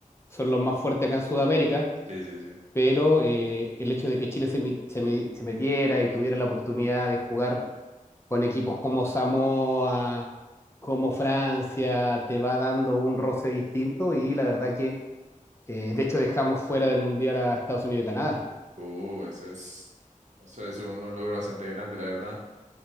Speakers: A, on the left; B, on the right.
A: son los más fuertes acá en Sudamérica,
B: Sí, sí, sí.
A: pero eh, el hecho de que Chile se, mi- se mi- se metiera y tuviera la oportunidad de jugar con equipos como Samoa, como Francia, te va dando un roce distinto y la verdad que, eh, de hecho, dejamos fuera del Mundial a Estados Unidos y Canadá.
B: Uh, eso es, eso es un, un logro bastante grande, la verdad.